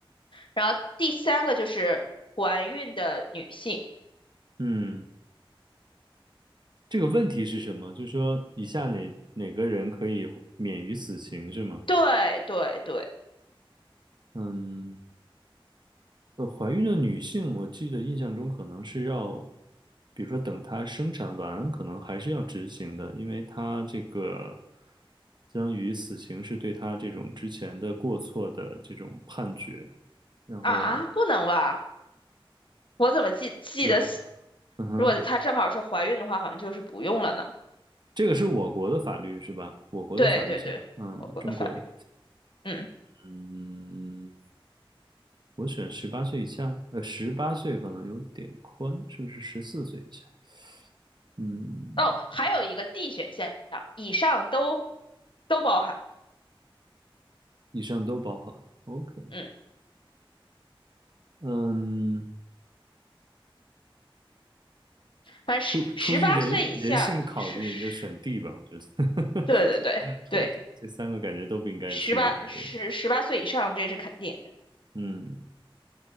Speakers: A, on the left; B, on the right.
A: 然后第三个就是怀孕的女性，
B: 嗯，这个问题是什么？就是说，以下哪哪个人可以免于死刑是吗？
A: 对对对，
B: 嗯，呃怀孕的女性，我记得印象中可能是要，比如说等她生产完，可能还是要执行的，因为她这个相当于死刑是对她这种之前的过错的这种判决，然后
A: 啊，不能吧？我怎么记记得是
B: 有。嗯哼，
A: 如果她正好是怀孕的话，好像就是不用了呢？
B: 这个是我国的法律是吧？我国的法律下，
A: 对对对，
B: 嗯，
A: 我国的法律，
B: 中国的，
A: 嗯，
B: 嗯，我选十八岁以下，呃，十八岁可能有点宽，是不是十四岁以下？嗯，
A: 哦，还有一个 D 选项，以上都都包含。
B: 以上都包含。OK，
A: 嗯，
B: 嗯，
A: 反正十十八岁以下是是，
B: 出出于人人性考虑，就选 D 吧，我觉得。
A: 对对对对，
B: <laughs> 对对，这三个感觉都不应该去。
A: 十八十十八岁以上这是肯定的。
B: 对，嗯